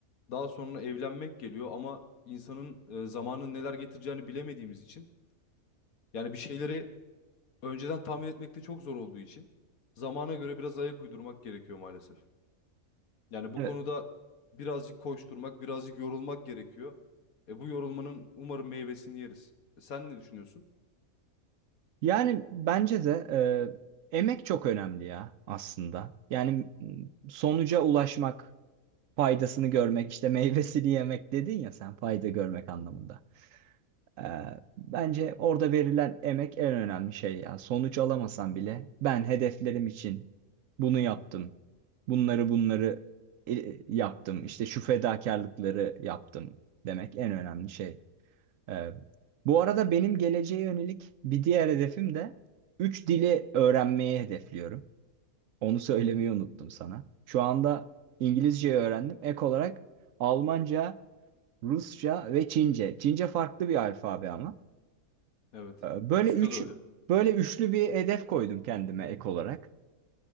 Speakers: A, on the left (about 90°); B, on the right (about 75°).
A: daha sonra evlenmek geliyor ama insanın e, zamanın neler getireceğini bilemediğimiz için yani bir şeyleri önceden tahmin etmekte çok zor olduğu için zamana göre biraz ayak uydurmak gerekiyor maalesef. Yani bu
B: Evet.
A: konuda birazcık koşturmak, birazcık yorulmak gerekiyor. E bu yorulmanın umarım meyvesini yeriz. E sen ne düşünüyorsun?
B: Yani bence de e, emek çok önemli ya aslında. Yani m, sonuca ulaşmak, faydasını görmek, işte meyvesini yemek dedin ya sen fayda görmek anlamında. E, bence orada verilen emek en önemli şey ya. Sonuç alamasan bile ben hedeflerim için bunu yaptım. Bunları bunları e, yaptım. İşte şu fedakarlıkları yaptım demek en önemli şey. Ee, bu arada benim geleceğe yönelik bir diğer hedefim de 3 dili öğrenmeyi hedefliyorum. Onu söylemeyi unuttum sana. Şu anda İngilizceyi öğrendim. Ek olarak Almanca, Rusça ve Çince. Çince farklı bir alfabe ama.
A: Evet.
B: Ee, Böyle
A: Rusça
B: üç,
A: da öyle.
B: böyle üçlü bir hedef koydum kendime ek olarak.